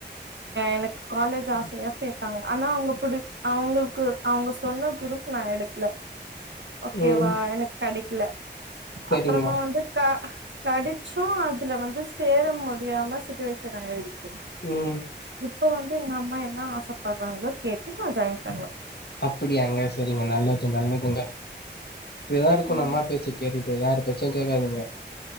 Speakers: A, on the right; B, on the left.
A: எனக்கு காலேஜ் ஆசையா சேத்தாங்க ஆனா அவங்க புடி அவங்களுக்கு அவுங்க சொன்ன குரூப் நான் எடுக்கல ஓகேவா
B: ம்
A: எனக் கடைக் இல்ல
B: செரிங்க
A: அப்பறமா வந்து கா கெடச்சு அதுல வந்து சேர மு டியான சிட்டுவேஷன் ஆயிடுச்சு
B: ம்
A: இப்ப வந்து எங்க அம்மா என்ன ஆசப்பட்றாங்களோ கேட்டு நா ஜாய்ன் பண்ணுவ
B: அப்பிடியாங்க செரிங்க நல்லது நல்லதுங்க இப்டிதா இருக்கனு
A: ம்
B: அம்மா பேச்சு கேட்டுட்டு யாரு பேச்சு கேக்காதீங்க